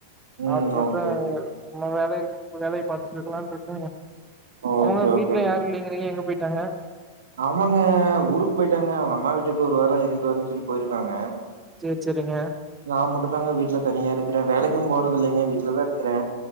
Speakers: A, on the right; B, on the right.
A: சாப்ட்டுபோட்டுதா
B: ம் ஓகே
A: இன்னு வேல இருக்குன் வேலய பாத்துட்ருக்கலான்ட்ருக்கங்க ஆமாங்க
B: ஓகே ஓகே
A: வீட்ல யாரு இல் லேங்கிறீங்க எங்க போய்ட்டாங்க
B: அவங்க ஊருக் போய்ட்டாங்க அவுங்க அம்மா வீட்டுக்கு ஒரு வாரோ இருன்ட்டு வரேன் சொல்லி போய்ருக்காங்க
A: சேர் சேரிங்க
B: நா மட்டு தாங்க வீட்ல தனியாருக்றே வேலைக்கு போறதில்லைங்க வீட்லதாருக்றே